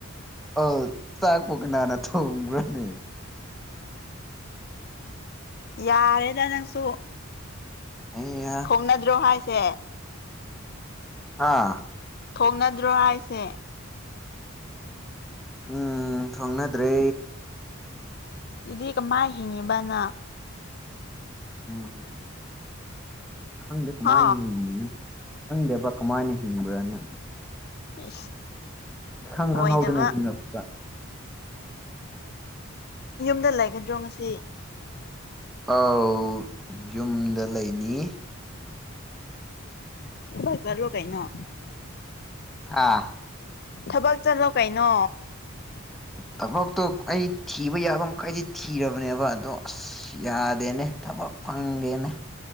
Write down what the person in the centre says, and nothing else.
ꯑꯥ ꯆꯥꯛꯄꯣꯛꯄꯨ ꯀꯅꯥꯟꯅ ꯊꯣꯡꯈ꯭ꯔꯅꯦ
ꯑꯩ
ꯍꯥ
ꯎꯝ ꯊꯣꯡꯅꯗ꯭ꯔꯦ
ꯎꯝ ꯈꯪꯗꯦ ꯀꯃꯥꯏ
ꯍꯤꯡꯉꯤꯅ ꯈꯪꯗꯕ ꯀꯃꯥꯏꯅ ꯍꯤꯡꯕ꯭ꯔꯥꯅ
ꯏꯈꯪ
ꯈꯪꯍꯧꯗꯅ ꯍꯤꯡꯉꯛꯄ
ꯑꯧ ꯌꯨꯝꯗ ꯂꯩꯅꯤ
ꯍꯥ
ꯊꯕꯛꯇꯣ ꯑꯩ ꯊꯤꯕ ꯌꯥꯕ ꯃꯈꯩꯗꯤ ꯊꯤꯔꯕꯅꯦꯕ ꯑꯗꯣ ꯑꯁ ꯌꯥꯗꯦꯅꯦ ꯊꯕꯛ ꯐꯪꯗꯦꯅꯦ